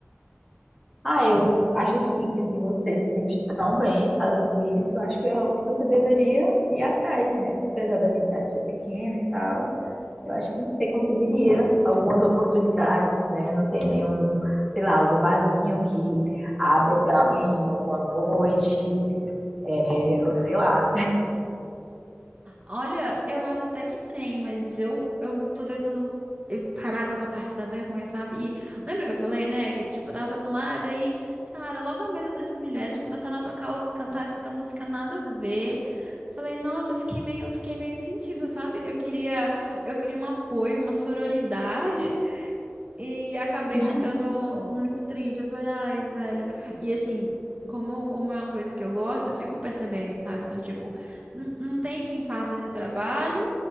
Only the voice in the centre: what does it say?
Ah, eu acho assim que se você se sente tão bem fazendo isso, eu acho que é algo que você deveria ir atrás, né? Apesar da cidade ser pequena e tal, eu acho que você conseguiria algumas oportunidades, né? Não tem nenhum, sei lá, algum barzinho que abra pra alguém alguma noite, é, ou sei lá.
<laughs>